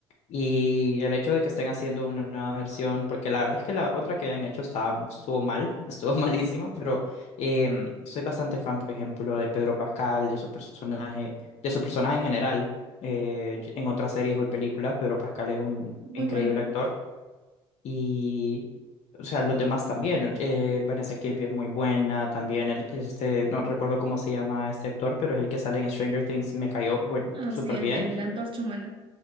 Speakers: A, on the left; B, on the right.
A: Y el hecho de que estén haciendo una nueva versión, porque la verdad es que la otra que habían hecho estaba, estuvo mal, <laughs> estuvo malísima, pero em, soy bastante fan, por ejemplo, de Pedro Pascal, de su personaje, de su personaje en general. eh, y- en otras series o películas, Pedro Pascal es un
B: Muy
A: increíble
B: bueno.
A: actor. Y, o sea, los demás también. eh, Vanessa Kirby es muy buena, también el- es este, no recuerdo cómo se llama este actor, pero es el que sale en Stranger Things, me cayó, bueno,
B: Ah,
A: súper
B: sí, el
A: bien.
B: de la antorcha humana.